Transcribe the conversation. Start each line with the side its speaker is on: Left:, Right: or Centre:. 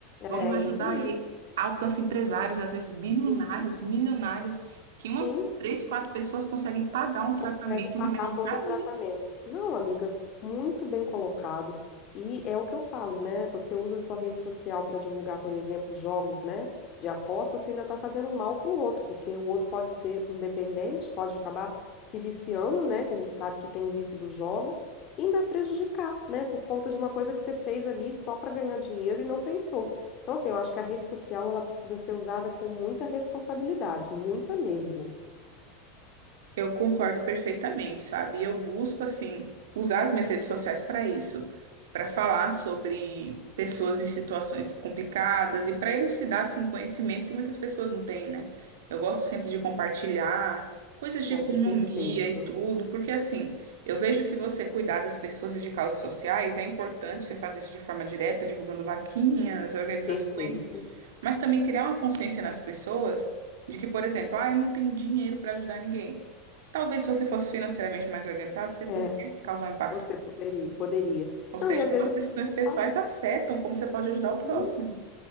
Right: Vamos
Left: É
Right: ajudar
Left: isso aí.
Right: e aí alcança empresários, às vezes bilionários,
Left: Sim.
Right: milionários, que uma,
Left: Sim.
Right: três, quatro pessoas conseguem pagar um tratamento,
Left: consegue pagar
Right: um remédio
Left: todo
Right: para
Left: um tratamento.
Right: ele.
Left: Não, amiga, muito bem colocado. E é o que eu falo, né? Você usa a sua rede social para divulgar, por exemplo, jogos, né? De aposta, você ainda está fazendo um mal para o outro, porque o outro pode ser um dependente, pode acabar se viciando, né? Que a gente sabe que tem o vício dos jogos, e ainda prejudicar, né? Por conta de uma coisa que você fez ali só para ganhar dinheiro e não pensou. Então, assim, eu acho que a rede social ela precisa ser usada com muita responsabilidade, muita mesmo.
Right: Eu concordo perfeitamente, sabe? E Eu busco, assim, usar as minhas redes sociais para isso, para falar sobre pessoas em situações complicadas e para elucidar, assim, conhecimento que muitas pessoas não têm, né? Eu gosto sempre de compartilhar coisas de
Left: Nossa,
Right: economia
Left: perfeito.
Right: e tudo, porque, assim, eu vejo que você cuidar das pessoas e de causas sociais é importante, você faz isso de forma direta, divulgando vaquinhas, organizações.
Left: Perfeito.
Right: Mas também criar uma consciência nas pessoas de que, por exemplo, ah, eu não tenho dinheiro para ajudar ninguém. Talvez se você fosse financeiramente mais organizado, você pudesse
Left: É,
Right: causar um impacto.
Left: você poderia, poderia.
Right: Ou
Left: Não,
Right: seja,
Left: e às
Right: suas
Left: vezes é
Right: decisões
Left: o que
Right: pessoais
Left: você falou.
Right: afetam como você pode ajudar o
Left: Sim,
Right: próximo.